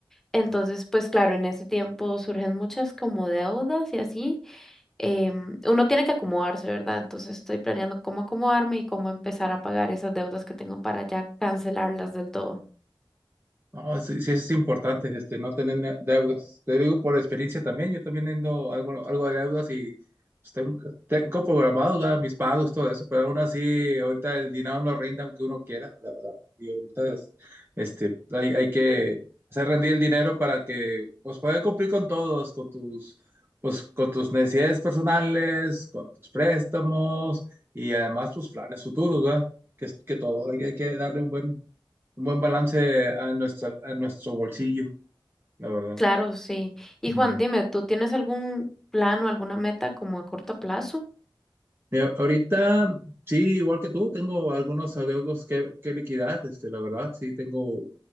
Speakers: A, in the centre; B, on the right.
A: entonces pues claro, en ese tiempo surgen muchas como deudas y así, em, uno tiene que acomodarse, ¿verdad? Entonces estoy planeando cómo acomodarme y cómo empezar a pagar esas deudas que tengo para ya cancelarlas del todo.
B: No, sí, sí es importante, este, no tener ne- deudas. Te digo por experiencia también, yo también tengo algo, algo de deudas y pues, tengo, tengo programado ya mis pagos, todo eso, pero aún así ahorita el dinero no rinde aunque uno quiera, la verdad. Y ahorita es- este, hay, hay que hacer rendir el dinero para que pues puedas cumplir con todos, con tus, pues, con tus necesidades personales, con tus préstamos y además tus planes futuros, ¿verdad? Que, es- que todo, hay, hay que darle un buen un buen balance a nuestro, a nuestro bolsillo, la verdad.
A: Claro, sí. Y
B: Ujú.
A: Juan, dime, ¿tú tienes algún plan o alguna meta como a corto plazo?
B: Mira, ahorita, sí, igual que tú, tengo algunos adeudos que, que liquidar, este, la verdad, sí, tengo,